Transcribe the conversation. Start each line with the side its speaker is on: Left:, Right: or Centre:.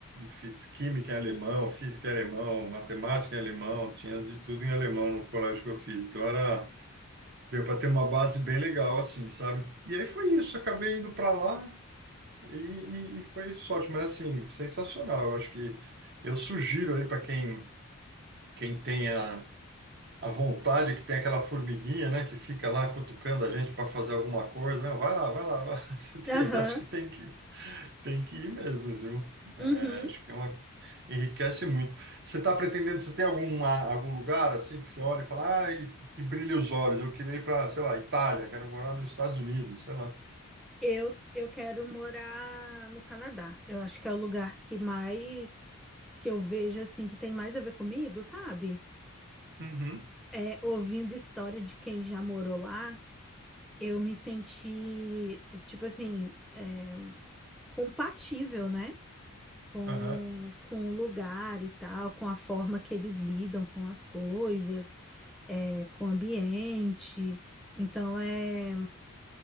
Right: fiz química em alemão, física em alemão, matemática em alemão, tinha de tudo em alemão no colégio que eu fiz. Então era, deu para ter uma base bem legal, assim, sabe? E aí foi isso, acabei indo para lá e, e- e foi sorte, mas assim, sensacional. Eu acho que eu sugiro aí para quem, quem tenha a vontade, que tem aquela formiguinha, né, que fica lá cutucando a gente para fazer alguma coisa, não, vai lá, vai lá, vai lá. <laughs> Você tem-
Centre: Aham.
Right: acho que tem que tem que ir mesmo, viu? É,
Centre: Uhum.
Right: acho que é uma... enriquece muito. Você está pretendendo, você tem alguma, algum lugar assim que você olha e fala, ai, que brilha os olhos, eu queria ir para, sei lá, Itália, quero morar nos Estados Unidos, sei lá.
Centre: Eu, eu quero morar no Canadá. Eu acho que é o lugar que mais que eu vejo assim que tem mais a ver comigo, sabe?
Right: Uhum.
Centre: É, ouvindo história de quem já morou lá, eu me senti tipo assim, é, compatível, né? Com,
Right: Aham.
Centre: com o lugar e tal, com a forma que eles lidam com as coisas, é, com o ambiente. Então é.